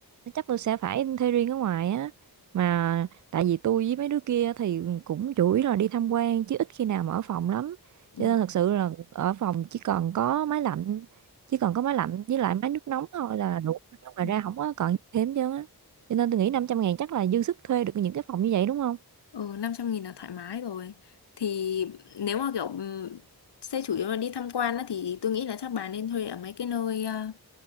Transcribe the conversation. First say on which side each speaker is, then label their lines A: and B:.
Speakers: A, on the right; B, on the left.
A: chắc tôi sẽ phải thuê riêng ở ngoài á mà tại vì tôi với mấy đứa kia thì cũng chủ yếu là đi tham quan chứ ít khi nào mà ở phòng lắm cho
B: ừ.
A: nên thật sự là ở phòng chỉ còn có máy lạnh chỉ còn có máy lạnh với lại máy nước nóng thôi là đủ ngoài
B: Ừ.
A: ra không có còn thêm chứ á cho nên tôi nghĩ 500 ngàn chắc là dư sức thuê được những cái phòng như vậy đúng không
B: Ừ, 500 nghìn là thoải mái rồi. Thì nếu mà kiểu ừm, xe chủ yếu là đi tham quan á, thì tôi nghĩ là chắc bà nên thuê ở mấy cái nơi ờ,